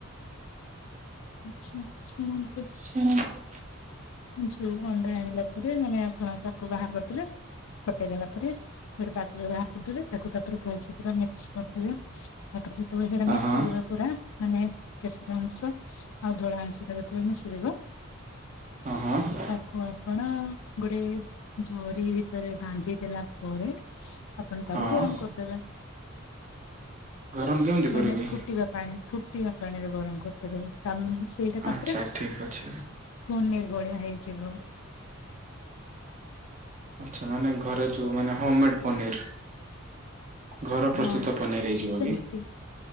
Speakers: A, on the left (about 65°); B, on the right (about 35°).
A: ଆଚ୍ଛା ଆଚ୍ଛା ରୁହନ୍ତୁ।
B: ଶୁଣନ୍ତୁ।
A: ଯଉ ଅଣ୍ଡା ଆଣିଲା ପରେ ମାନେ ଆପଣ ତାକୁ ବାହାର କରିଦେବେ ଫଟେଇ ଦେଲା ପରେ ଗୋଟେ ପାତ୍ରରେ ବାହାର କରିଦେବେ ତାକୁ ତାପରେ ଭଲସେ ପୁରା ମିକ୍ସ କରିଦେବେ। ତାପରେ ଯେତେବେଳେ ସେଟା
B: ଅ
A: ମିଶିଯିବ
B: ହଁ
A: ପୁରା ମାନେ କେଶର ଅଂଶ ଆଉ ଧଳା ଅଂଶ ଟା ଯେତେବେଳେ ମିଶିଯିବ
B: ହଁ ହଁ।
A: ତାକୁ ଆପଣ ଗୋଟେ ଜରି ଭିତରେ ବାନ୍ଧି ଦେଲା ପରେ ଆପଣ ତାକୁ
B: ହଁ
A: ଗରମ କରିଦେବେ।
B: ଗରମ କେମିତି କରିବି?
A: ମାନେ ଫୁଟିବା ପାଣି ଫୁ ଫୁଟିବା ପାଣରେ ଗରମ କରିଦେବେ। ତା ପରେ ସେଇଟା ତାପରେ
B: ଆଚ୍ଛା ଠିକ ଅଛି।
A: ପନିର ଭଳିଆ ହେଇଯିବ।
B: ଆଚ୍ଛା ମାନେ ଘରେ ଯଉ ମାନେ ହୋମ ମେଡ ପନିର। ଘର ପ୍ରସ୍ତୁତ
A: ହଁ
B: ପନେରି ହେଇଯିବ
A: ସେମିତି
B: କି?